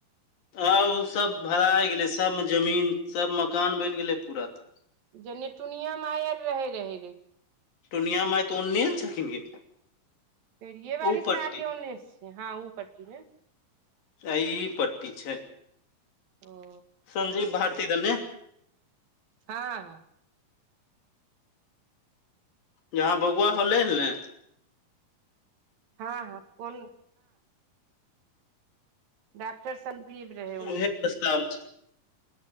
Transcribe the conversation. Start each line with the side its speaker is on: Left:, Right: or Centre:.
Left: आब उ सब भड़ाइ गेलै सबमे जमीन सब मकान बनि गेलै पूरा तऽ
Right: जेनेटुनियांमे आयल रहै रहै रे
Left: टोनियां माय तऽ ओन्ने ने छलखिन गे
Right: केरियेबारि
Left: उ
Right: से
Left: पट्टी
Right: ने आगे ओन्नेस छै हँ ओ पट्टी मे
Left: आ ई पट्टी छै
Right: ओ
Left: संजीव भारती दने
Right: हँ
Left: जहाँ बौआ होलैल ने
Right: हँ हँ फोन डॉक्टर संदीप रहे ओने
Left: उहे स्टाफ छै